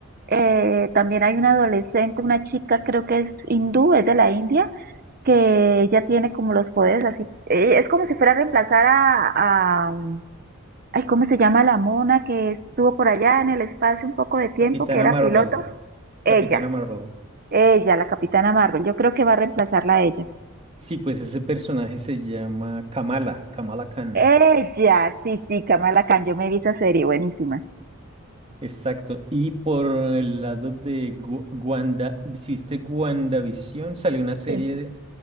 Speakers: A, on the right (about 45°); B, on the right (about 30°).
A: Eh, también hay una adolescente, una chica, creo que es hindú, es de la India, que ella tiene como los poderes así. eh, es como si fuera a reemplazar a, a, um, ay, ¿cómo se llama la mona que estuvo por allá en el espacio un poco de tiempo,
B: Capitana
A: que era
B: Marvel.
A: piloto? Ella,
B: Capitana Marvel.
A: ella, la Capitana Marvel. Yo creo que va a reemplazarla a ella.
B: Sí, pues ese personaje se llama Kamala, Kamala Khan.
A: Ella, sí, sí, Kamala Khan, yo me vi esa serie, buenísima.
B: Exacto. Y por el lado de Gu- Wanda, si viste WandaVision, salió una serie
A: Sí.
B: de-